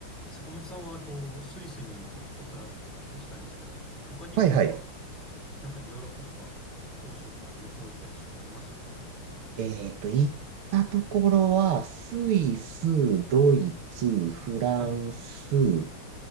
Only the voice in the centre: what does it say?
坂本さんは、えっと、スイスに、えっと、行ったことがあるってお聞きしたんですけど、他にはなんか、
なんかヨーロッパとか、欧州とかで旅行行ったりしたことあります
はい。